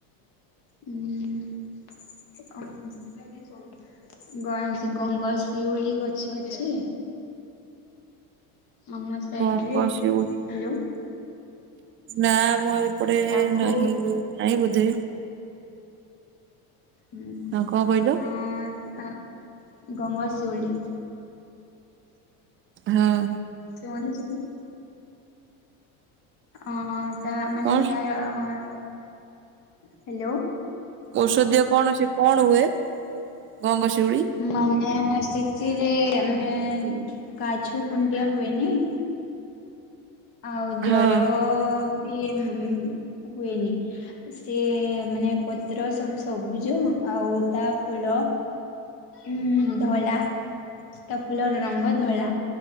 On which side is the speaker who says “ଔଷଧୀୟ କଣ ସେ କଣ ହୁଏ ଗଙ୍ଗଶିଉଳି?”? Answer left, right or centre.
Right